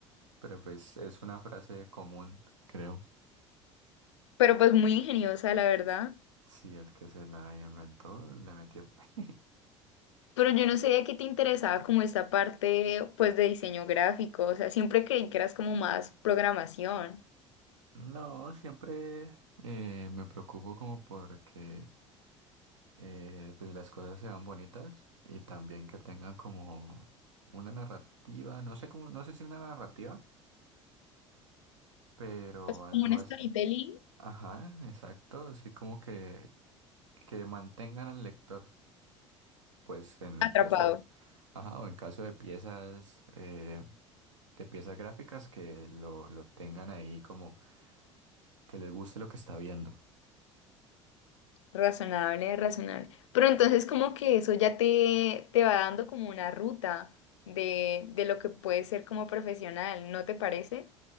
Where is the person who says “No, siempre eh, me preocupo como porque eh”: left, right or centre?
Right